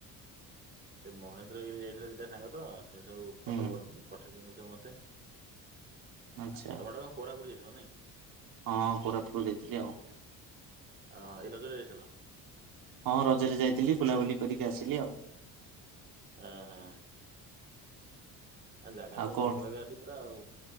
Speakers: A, on the right (about 25°); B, on the right (about 70°).
A: ସେ ମହେନ୍ଦ୍ରଗିରି ଯାଇଥିଲେ ଦିଟା ସାଙ୍ଗ ତ ସେ ସବୁ ଫଟୋ
B: ହୁଁ
A: ପଠେଇଛନ୍ତି ସବୁ ମତେ।
B: ଆଚ୍ଛା
A: ଆ ତମର ଟା କଣ କୋରାପୁଟ ଯାଇଥିଲ ନାଇଁ
B: ହଁ କୋରାପୁଟ ଯାଇଥିଲି ଆଉ
A: ଅ ଏ ରଜରେ ଯାଇଥିଲା
B: ହଁ ରଜରେ ଯାଇଥିଲି ବୁଲାବୁଲି କରିକି ଆସିଲି ଆଉ
A: ଓ ହଁ ଆ ଜାଗା
B: ଆଉ
A: ତ
B: କଣ
A: ଭଲ ଜାଗା ଏଠି ପୁରା ଆଉ